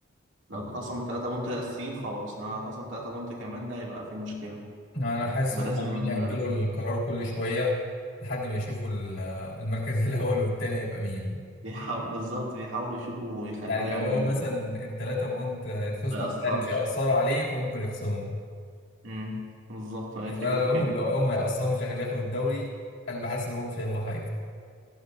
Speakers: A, on the right; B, on the left.
A: لو اتخصم الثلاثه بونت الاساسيين خلاص انما لو اتخصم ثلاثه بونت كمان ده هيبقى في مشكله
B: انا حاسس
A: ما
B: هم
A: لازم
B: عمالين يأجلوا
A: <laughs> آه،
B: القرار كل شوية لحد ما يشوفوا ال- المركز <laughs> الاول والتاني هيبقى مين
A: يحاول- بالظبط يحاولوا يشوفوا ويخلوه
B: يعني
A: يعني
B: لو لو مثلا التلاتة بونت هيتخصموا
A: ما يأثرش
B: بالأهلي مش هيأثروا عليه فممكن يخصموا
A: امم بالظبط هي
B: إنما
A: الفكرة
B: لو
A: في كده
B: لو هم هيأثروا مش هيخليه ياخد الدوري أنا حاسس إن هم مش هيلغوا حاجة